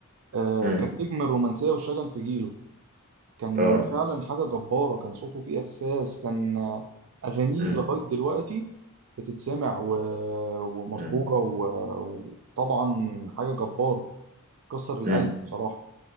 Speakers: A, on the right; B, on the right.
A: آه،
B: امم
A: كان نجم الرومانسية والشجن في جيله كان
B: اه
A: فعلا حاجة جبارة كان صوته فيه إحساس كان آه، أغانيه
B: امم
A: لغاية دلوقتي بتتسمع و... ومشهورة
B: امم
A: و... وطبعا حاجة جبارة تكسر القلب
B: امم
A: بصراحة